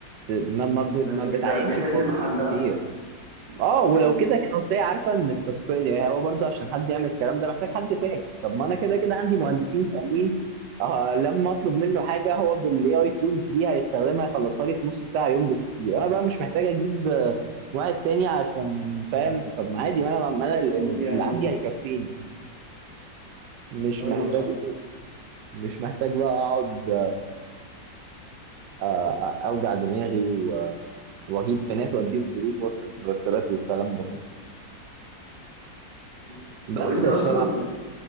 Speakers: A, on the right; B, on the right.
A: ت- ما ما ب-
B: بقى
A: ما
B: بي-
A: بتعينش
B: بقى بيحل
A: موظفين
B: محلها
A: كتير اه ولو
B: مم.
A: كده كده اصل هي عارفه ان التسويق يعني هو برضه عشان حد يعمل الكلام ده محتاج حد فاهم طب ما انا كده كده عندي
B: مم.
A: مهندسين فاهمين آه لما اطلب منه حاجه هو بالاي اي تولز دي هيستخدمها يخلصها لي في نص ساعه يوم بالكتير انا بقى مش محتاج اجيب آه، واحد تاني عشان فاهم طب ما عادي ما انا ما انا ال-
B: عشان
A: ال-
B: يجي يعمل
A: اللي عندي
B: دي.
A: هيكفيني مش
B: أيوه
A: محتاج
B: صح
A: ايه مش محتاج بقى اقعد آه، اوجع دماغي و- واجيب في ناس واديهم فلوس واصرف مرتبات والكلام ده كله
B: مم.
A: بس
B: طب أنت
A: ف
B: أصلا